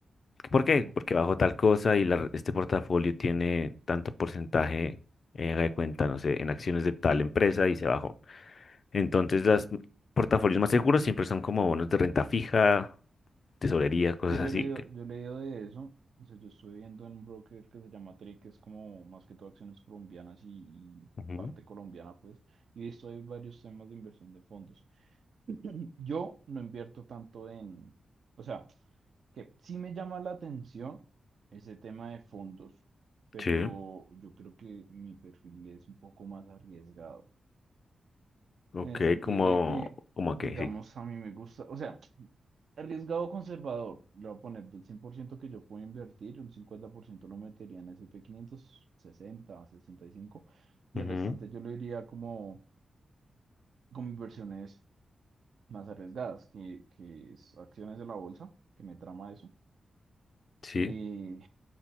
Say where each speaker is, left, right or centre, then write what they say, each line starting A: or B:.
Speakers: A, on the left; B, on the right.
A: ¿Por qué?
B: sí.
A: Porque bajo tal cosa y la- este portafolio tiene tanto porcentaje, eh, haga de cuenta, no sé, en acciones de tal empresa y se bajó. Entonces, los portafolios más seguros siempre son como bonos de renta fija, tesorería, cosas
B: Es que yo
A: así.
B: he leído,
A: que-
B: yo he leído de eso. O sea, yo estoy viendo en un broker que se llama Trade, que es como más que todo acciones colombianas y, y
A: Ujú,
B: parte colombiana, pues. Y he visto ahí varios temas de inversión de fondos. Yo no invierto tanto en, o sea, que sí me llama la atención ese tema de fondos, pero
A: Sí,
B: yo creo que mi perfil es un poco más arriesgado,
A: ok,
B: en el sentido
A: como,
B: de que,
A: como
B: digamos,
A: que sí.
B: a mí me gusta, o sea, arriesgado conservador, le voy a poner del 100% que yo puedo invertir, un 50% lo metería en S y P S&P sesenta 60, 65, y
A: ujú.
B: el restante yo lo diría como, como inversiones más arriesgadas, que, que es acciones de la bolsa, que me trama eso.
A: Sí.
B: Y